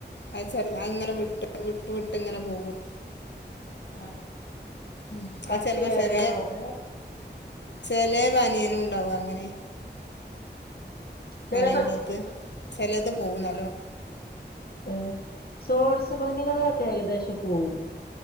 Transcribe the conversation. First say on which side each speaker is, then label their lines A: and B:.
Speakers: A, on the left; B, on the left.
A: അ ചെറുത് ഇങ്ങനെ വിട്ട് വിട്ട് വിട്ട് ഇങ്ങനെ പോകും
B: ആ
A: ഉം,
B: കട്ടിയേറിയ
A: അത് ചിലപ്പോ ചെറിയ
B: രോഗം
A: ചെല വനിയന ഉണ്ടാവു അങ്ങനെ
B: ചെലപ്പോ
A: ബനിയൻ ക്ലോത്ത് ചിലത് പോകുന്നല്ലോ.
B: ആ സോഴസു ബന്നുകള് ആത് അ പോവും,